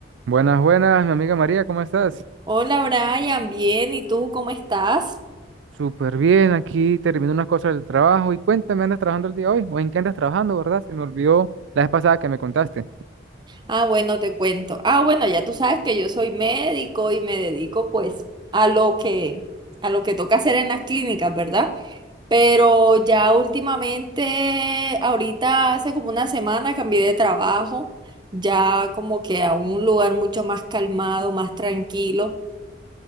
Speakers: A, on the right; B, on the right.
A: Buenas, buenas, mi amiga María, ¿cómo estás?
B: Hola Brian, bien, ¿y tú cómo estás?
A: Súper bien, aquí termino unas cosas del trabajo y cuéntame, ¿andas trabajando el día de hoy? ¿O en qué andas trabajando, verdad? Se me olvidó la vez pasada que me contaste.
B: Ah, bueno, te cuento. Ah, bueno, ya tú sabes que yo soy médico y me dedico pues a lo que a lo que toca hacer en las clínicas, ¿verdad? Pero ya últimamente, ahorita hace como una semana cambié de trabajo, ya como que a un lugar mucho más calmado, más tranquilo,